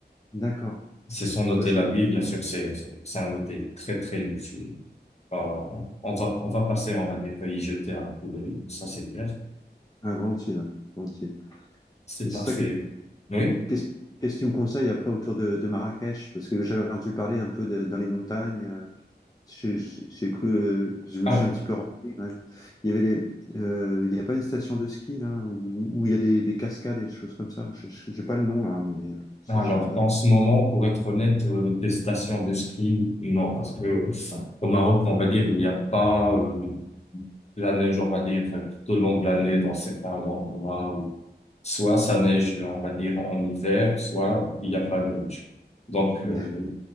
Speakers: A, on the left; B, on the left.
A: D'accord.
B: C'est son hôtel
A: Ah, bah, je-
B: à Ville, bien sûr, c'est, c'est c'est un hôtel très, très luxueux. Euh, on va, on va passer, on va y jeter un coup d'œil, ça c'est clair.
A: ah, volontiers, ouais. Volontiers.
B: C'est
A: Et
B: parfait.
A: c'est ça
B: Oui.
A: Qu'est-ce qu'est-ce que tu me conseilles après autour de, de Marrakech? Parce que j'avais entendu parler un peu de- dans les montagnes. euh, J'ai j'ai- j'ai cru, euh, je me
B: Ah,
A: suis un petit peu renseigné quand même. Il y avait les, euh, il y a pas une station de ski là où, où il y a des, des cascades et des choses comme ça. Je je- j'ai pas le nom là, mais euh, je
B: Alors,
A: je vais après-
B: en ce moment, pour être honnête, euh, des stations de ski, non, parce que euh, au Maroc, on va dire, il n'y a pas euh, de la neige, on va dire, enfin, tout au long de l'année dans certains endroits. Soit ça neige, on va dire, en hiver, soit il n'y a pas de neige. Donc, euh,
A: <laughs>